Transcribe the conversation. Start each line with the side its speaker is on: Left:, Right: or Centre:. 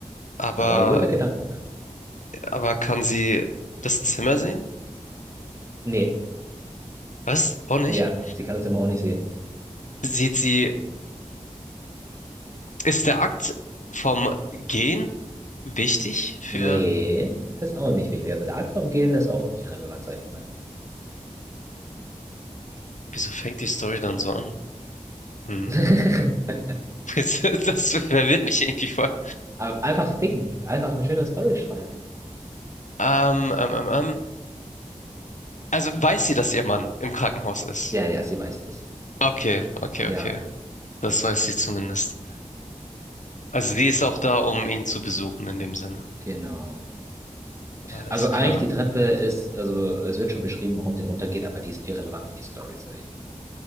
Left: Aber,
Right: Aber guter Gedankengang.
Left: aber kann sie das Zimmer sehen?
Right: Nee,
Left: Was? Auch nicht?
Right: ja, sie kann das immer auch nicht sehen.
Left: Sieht sie, ist der Akt vom Gehen wichtig für,
Right: Nee, das ist auch nicht wichtig. Also der Akt vom Gehen ist auch irrelevant, sag ich mal.
Left: wieso fängt die Story dann so an? Hm.
Right: <laughs>
Left: <laughs> Das, das verwirrt mich irgendwie voll.
Right: Aber Einfach ficken. Einfach eine schöne Story schreiben.
Left: Ähm, ähm, ähm, ähm. Also weiß sie, dass ihr Mann im Krankenhaus ist?
Right: Ja, ja, sie weiß das.
Left: Okay, okay,
Right: Ja,
Left: okay. Das weiß sie zumindest. Also die ist auch da, um ihn zu besuchen in dem Sinne.
Right: genau.
Left: Alles
Right: Also eigentlich
Left: klar.
Right: die Treppe ist, also es wird schon beschrieben, warum sie runtergeht, aber die ist irrelevant für die Story, sag ich mal.